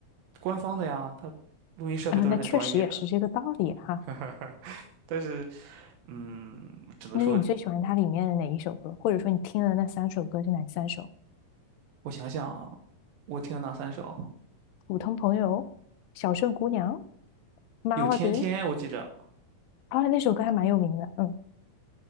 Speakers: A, on the right (about 85°); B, on the left (about 85°).
A: 官方的呀，他录音设备都是很专业的。
B: 啊，呃那确实也是这个道理哈。
A: <laughs> 但是，嗯，只能说
B: 那你最喜欢它里面的哪一首歌？或者说你听的那三首歌是哪三首？
A: 我想想啊，我听了哪三首？
B: 普通朋友、小镇姑娘、Melody，
A: 有《天天》，我记着。
B: 后来那首歌还蛮有名的，嗯，